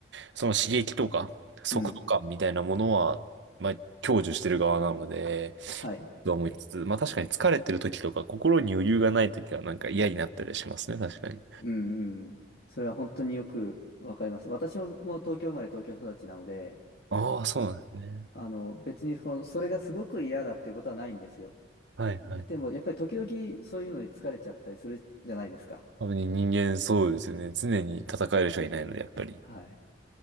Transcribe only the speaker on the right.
その刺激とか速度感みたいなものは、
まあ享受してる側なので、
と思いつつ、まあ確かに疲れてる時とか心に余裕がない時はなんか嫌になったりしますね、確かに。
ああ、そうなんですね。
はいはい。
多分人間そうですよね。常に戦える人がいないので、やっぱり。